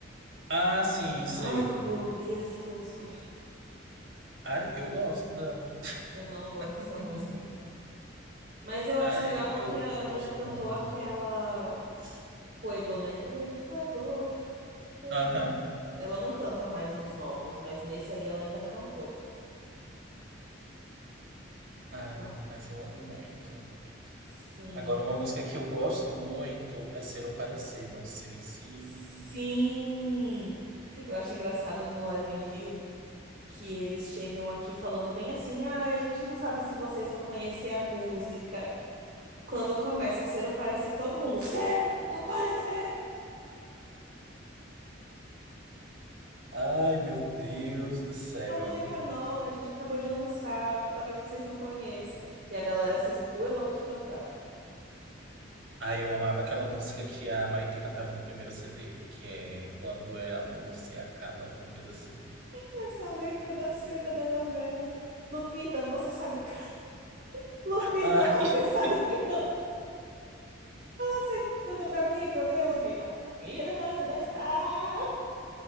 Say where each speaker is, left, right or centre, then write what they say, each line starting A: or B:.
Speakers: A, on the right; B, on the right.
A: Ah, sim, sei.
B: Ai, como eu odeio essa música.
A: Ai, eu gosto dela.
B: Eu não gosto
A: <laughs>
B: dessa música. Mas eu
A: Ai,
B: acho legal porque
A: eu,
B: ela
A: eu gosto
B: ainda cantou
A: muito.
B: aquela Fuego, né? El Fuego. Era.
A: Aham.
B: Ela não canta mais nos novos, mas nesse aí ela ainda cantou.
A: Ai,
B: Mas,
A: mas eu amo muito.
B: sim.
A: Agora, uma música que eu gosto muito é Ser ou Parecer. Não sei se.
B: Sim! Eu acho engraçado no Live in Rio que eles chegam aqui falando bem assim: ah, a gente não sabe se vocês vão conhecer a música. Quando começa a ser o parecer, todo mundo, ser o parecer!
A: Ai, meu Deus
B: Hum,
A: do céu.
B: Uma música nova, a gente acabou de lançar, talvez vocês não conheçam. E a galera se esgoelando de cantar.
A: Ai, eu amava aquela música que a Maitê cantava no primeiro CD, que é Quando é Amor Se Acaba, alguma coisa assim.
B: Eu só lembro da cena da novela. Lupita, você sabe. can- <laughs> Lupita,
A: <laughs> Ai,
B: você sabe cantar. Você canta pra mim, pra eu ver, Lupita. Me levante da estrada.